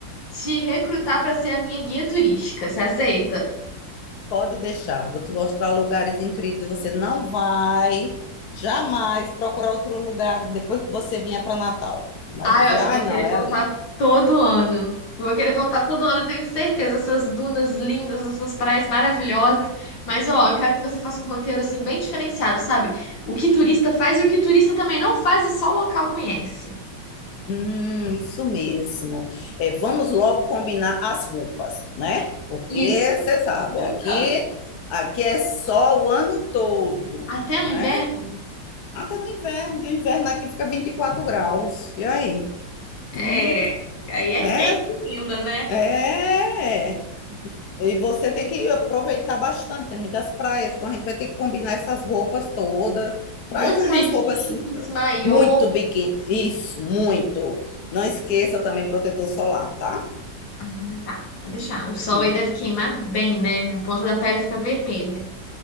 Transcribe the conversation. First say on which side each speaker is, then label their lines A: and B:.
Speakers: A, on the left (about 80°); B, on the left (about 60°).
A: te recrutar pra ser a minha guia turística. Você aceita?
B: pode deixar. Vou te mostrar lugares incríveis. Você não vai jamais procurar outro lugar depois que você vinha para Natal. Vai
A: Ah,
B: dizer,
A: eu acho
B: ai,
A: que eu vou querer
B: não, é
A: voltar
B: ali.
A: todo ano. Eu Vou querer voltar todo ano, eu tenho certeza. Essas dunas lindas, essas praias maravilhosas. Mas, ó, eu quero que você faça um roteiro, assim, bem diferenciado, sabe? O que turista faz e o que turista também não faz e só local conhece.
B: Hum, isso mesmo. É, vamos logo combinar as roupas, né? Porque
A: Isso.
B: você sabe,
A: Importante.
B: aqui, aqui é só o ano todo,
A: Até no
B: né?
A: inverno?
B: Até no inverno, que o inverno aqui fica 24 graus. E aí?
A: É,
B: Hum,
A: aí é
B: né?
A: quente ainda, né?
B: É. E você tem que aproveitar bastante, tem muitas praias, então a gente vai ter que combinar essas roupas todas. Traz
A: Muitos
B: umas
A: biquínis,
B: roupas assim, pra-
A: maiô.
B: muito biquíni, isso, muito. Não esqueça também protetor solar, tá?
A: Ah, tá, pode deixar. O sol
B: Hum,
A: aí deve queimar bem, né? A ponta da pele fica vermelha.